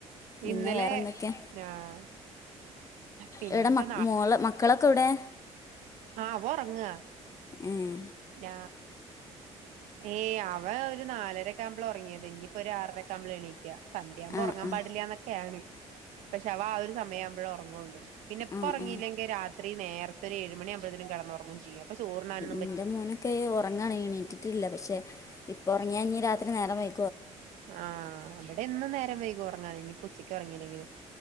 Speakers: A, on the left (about 25°); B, on the right (about 90°).
A: പിന്നെ
B: ഇന്നലെ
A: വേറെ എന്തൊക്കെയാ
B: ആഹ് പിന്നെ
A: ഇവിടെ
B: എന്താ
A: മോള് മക്കളൊക്കെ ഇവിടെ
B: ആ പോറങ്ങ
A: ഏയ്
B: ന ഏയ് ആ അവ ഒരു നാലരൊക്കെകുമ്പോൾ ഉറങ്ങിയത് നി ഇപ്പൊ ഒരു ആറരക്കെകുമ്പൾ എണീക്കുക സന്തിയാകുമ്പോ
A: ആ
B: ഉറങ്ങാൻ
A: ആ
B: പാടില്ലന്നൊക്കെയാണ് പക്ഷെ അവ ആ ഒരു സമയ ആവുമ്പോഴെ ഉറങ്ങുള്ളൂ പിന്നെ ഇപ്പ
A: ആ
B: ഉറങ്ങിയില്ലെങ്കിൽ
A: ആ
B: രാത്രി നേർ ഒരു ഏഴ് മണിയുമ്പതേനും കടന്നു ഉറങ്ങും ചെയ്യും അപ്പ ചോറ് ഉണ്ണാനോ
A: എന്റെ മോനൊക്കെ ഉറങ്ങണ എണീറ്റിട്ടില്ല പക്ഷെ ഇപ്പൾറങ്ങിയ ഞ്ഞി രാത്രി നേരം വൈ
B: ആ അവിടെ ന്നും നേരം വൈകും ഉറങ്ങാന ഇനിപ്പച്ചക്ക് ഉറങ്ങീല്ലെങ്കിലും